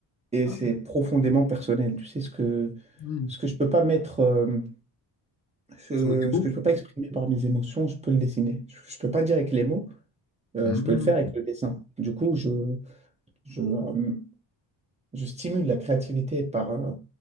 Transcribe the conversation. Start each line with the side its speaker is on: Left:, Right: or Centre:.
Right: Et
Left: Ah
Right: c'est
Left: oui.
Right: profondément personnel. Tu sais, ce que,
Left: hmm.
Right: ce que je peux pas mettre, euh, ce,
Left: Sur des mots?
Right: ce que je peux pas exprimer par mes émotions, je peux le dessiner. Je, je peux pas dire avec les mots, euh,
Left: Hmm.
Right: je peux le faire avec le dessin. Du coup, je, je, euh, je stimule la créativité par, euh,